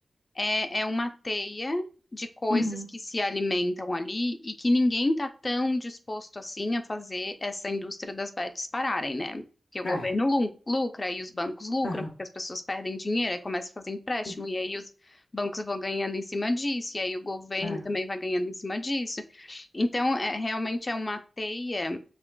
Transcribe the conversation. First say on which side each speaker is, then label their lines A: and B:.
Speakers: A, on the left; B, on the left.
A: é, é uma teia de coisas
B: Uhum.
A: que se alimentam ali e que ninguém está tão disposto assim a fazer essa indústria das bets pararem, né? Porque o
B: É.
A: governo lu- lucra e os bancos lucram,
B: Aham.
A: porque as pessoas perdem dinheiro, aí começa a fazer empréstimo,
B: Sim.
A: e aí os bancos vão ganhando em cima disso, e aí o governo
B: É.
A: também vai ganhando em cima disso. Então, é, realmente é uma teia